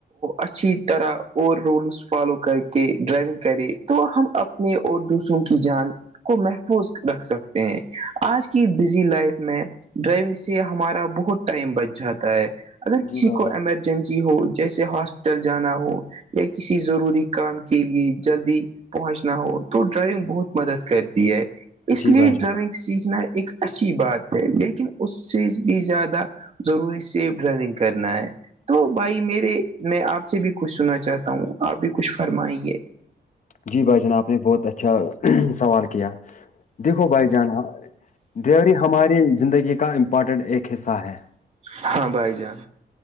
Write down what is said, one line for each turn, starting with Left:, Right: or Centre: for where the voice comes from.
Right: اچھی طرح اور رولس فالو کر کے ڈرائیونگ کرے تو ہم اپنے اور دوسروں کی جان کو محفوظ رکھ سکتے ہیں آج کی بزی لائف میں ڈرائیونگ سے ہمارا بہت ٹائم بچ جاتا ہے اگر کسی
Left: جی بھائی
Right: کو
Left: جان
Right: ایمرج جسی ہو جیسے ہاسپٹل جانا ہو یا کسی ضروری کام کے لیے جلدی پہنچنا ہو تو ڈرائونگ بہت مدد کرتی ہے اس
Left: جی
Right: لیے
Left: بھائی
Right: ڈرائونگ
Left: جان
Right: سیکھنا ایک اچھی بات ہے لیکن اس سے بھی زیادہ ضروری سیف ڈرائیونگ کرنا ہے تو بھائی میرے میں آپ سے بھی کچھ سنا چاہتا ہوں آپ بھی کچھ فرمائیے
Left: جی بھائی جان آپ نے بہت اچھا سوال کیا دیکھو بھائی جان ڈریائیوری ہماری زندگی کا امپورٹنٹ ایک حصہ ہے
Right: ہاں بھائی جان